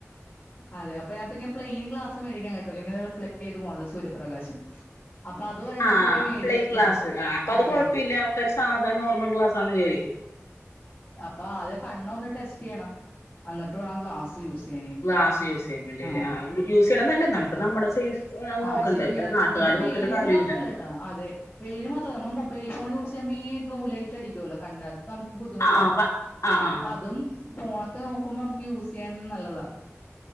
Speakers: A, on the left (about 35°); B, on the left (about 85°).
A: അതെ അപ്പൊ പ്ലെയിൻ ഗ്ലാസ്സ് മേടിക്കാൻ ക അല്ലെങ്കി അത് ഫ്ലക്ട് ചെയ്ത് പോണത് സൂര്യപ്രകാശം അപ്പൊ അത് ഒരെണ്ണം
B: ആഹ
A: പോയി മേടിക്കണം.
B: പ്ലെയിങ് ക്ലാസ് ആ അപ്പൊ അത്
A: അതെ
B: കൊഴപ്പമില്ല
A: അതെ.
B: ആൾക്കാര് സാധാരണ നോർമൽ ക്ളാസ് ആണെന്ന് വിചാരിക്കും
A: അപ്പ അത് കണ്ണ് ഒന്ന് ടെസ്റ്റ് ചെയ്യണം എന്നിട്ട് വേണം ഗ്ലാസ് യൂസ്
B: ഗ്ലാസ് യൂസ് ചെയ്യാൻ വേണ്ടിയല്ലേ
A: ആ
B: യൂസ് ചെയ്യണ നല്ലത് നമുക്ക് നമ്മുടെ സേഫ്
A: അത്
B: നോക്കണ്ട്
A: ശരിയാണ്
B: നാട്ടുകാര്
A: പിന്നെ വെയിലിന്റെ
B: നോക്കിട്ട് കാര്യമില്ല
A: മാത്രമല്ല കേട്ടോ അതെ വെയിൽ മാത്രമല്ല നമ്മുടെ മൊബൈയിൽ ഫോൺ യൂസ് <unintelligible> ഈ ബ്ലൂലൈറ്റ് അടിക്കുവല്ലോ കണ്ണിനക നമുക്ക് ബുദ്ധിമുട്ടാ
B: ആ ആ പ ആ ആ
A: അപ്പൊ അതും ഫോണൊ ഒക്കെ നോക്കുമ്പോ നമുക്ക് യൂസ് ചെയ്യാനും നല്ലതാ